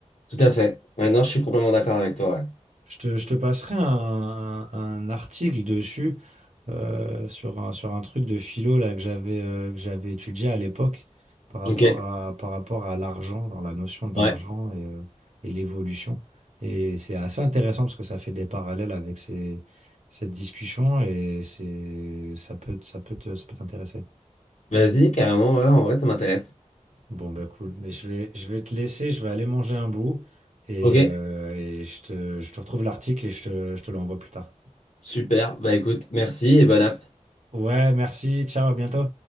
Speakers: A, on the left (about 80°); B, on the right (about 65°).
A: Tout à fait. Ouais, non, je suis complètement d'accord avec toi.
B: Je te, je te passerai un, un article dessus euh, sur un, sur un truc de philo là, que j'avais euh, que j'avais étudié à l'époque par rapport
A: ouais. Ok,
B: à, par rapport à l'argent, dans la notion d'argent
A: ouais.
B: et, euh, et l'évolution. Et c'est assez intéressant parce que ça fait des parallèles avec ces, cette discussion et c'est, ça peut, te- ça peut te- ça peut t'intéresser.
A: Vas-y, carrément, ouais, en vrai, ça m'intéresse.
B: Bon, bah cool. Mais je vais, je vais te laisser, je vais aller manger un bout et,
A: Ok,
B: euh, et je te, je te retrouve l'article et je te, je te l'envoie plus tard.
A: super. Bah écoute, merci et bonne app.
B: Ouais, merci. Ciao, à bientôt.